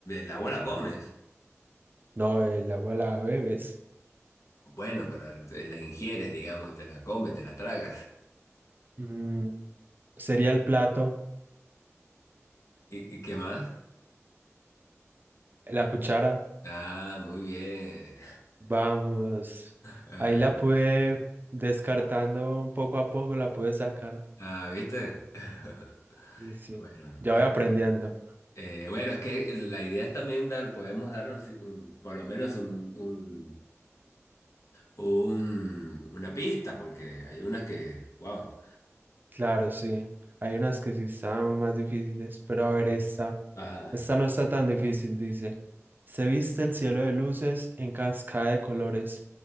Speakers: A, on the left (about 75°); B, on the right (about 40°).
A: la agua la comes.
B: No, el agua la bebes.
A: Bueno, pero la ingieres, digamos, te la comes, te la tragas.
B: Mm, sería el plato,
A: ¿Y, y qué más?
B: la cuchara.
A: Ah, muy bien.
B: Vamos.
A: <laughs> Ajá.
B: Ahí la pude descartando poco a poco, la pude sacar.
A: Ah, ¿viste? <laughs>
B: Sí, sí.
A: Bueno,
B: Ya voy
A: eh,
B: aprendiendo.
A: eh, bueno, es que la idea es también dar, podemos darnos un- por lo menos un, un- un- una pista, porque hay unas que, wow.
B: Claro, sí. Hay unas que sí están más difíciles, pero a ver esta.
A: Ajá.
B: Esta no está tan difícil, dice. Se viste el cielo de luces en cascada de colores